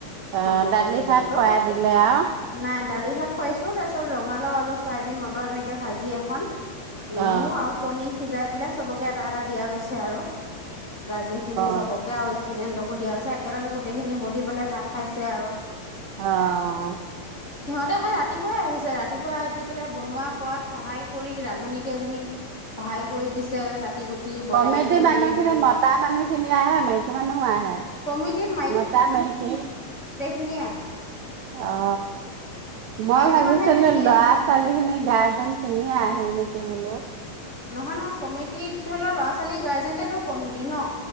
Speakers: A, on the left; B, on the right.
A: সম্প্ৰীতিৰ
B: আহ দালি
A: ভোজনটো
B: ভাত খুৱাই দিলে আৱ
A: নাই দালি ভাত খুৱাইছোঁ তাৰপিছত ৰঙালাও আলু চয়াবিন মটৰ এনেকে ভাজি এখন। নেমু
B: অ
A: আও কনি সিজাই পেলাই চবকে এটা এটা দিয়া গৈছে আৰু গাৰজন খিনি চবকে
B: অ
A: আৰু ষ্টুডেণ্ট তকো দিয়া হৈছে একেলগে গোটেইখিনি বহি পেলাই ভাত খাইছে আৰু
B: অ
A: সিহঁতে সে ৰাতিপুৱাই আহিছে ৰাতিপুৱাই আহি পেলাই বনোৱা কোৱাত সহায় কৰি ৰান্ধনী কেইজনীক সহায় কৰি দিছে কাটি কুটি। বনাইছে
B: কমেটি
A: ধুনীয়াকে
B: মানুহ খিনি মতা মানুহ খিনি আহে মাইকী আহে
A: কমিটিত
B: মতা মাইকী
A: ধুনীয়া আহে ।
B: অ মই
A: মাইকী
B: ভাবিছিলো
A: মানুহে বেছি
B: ল'ৰা
A: আছে
B: ছোৱালী খিনি গাৰ্জেন খিনিয়ে আহে নেকি। সি বোলো
A: নহয় নহয় কমিটিত ধৰি লওক ল'ৰা ছোৱালী গাৰ্জেণ্টতো কমিটি ন।